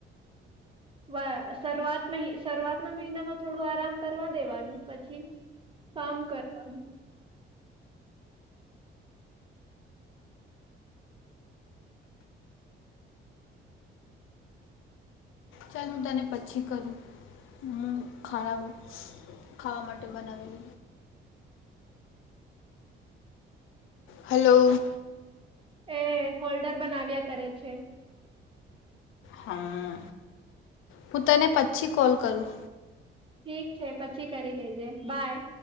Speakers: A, on the right (about 25°); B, on the left (about 85°).
A: વા શરૂઆત શરૂઆત ના મહિનામાં થોડું આરામ કરવા દેવાનું પછી કામ કરવાનું.
B: ચાલ હું તને પછી કરું હું ખા ખાવા માટે બનાવી લ હલો
A: એ હોલ્ડર બનાવ્યા કરે છે.
B: હા. હું તને પછી કોલ કરું.
A: ઠીક છે પછી કરી લેજે બાય.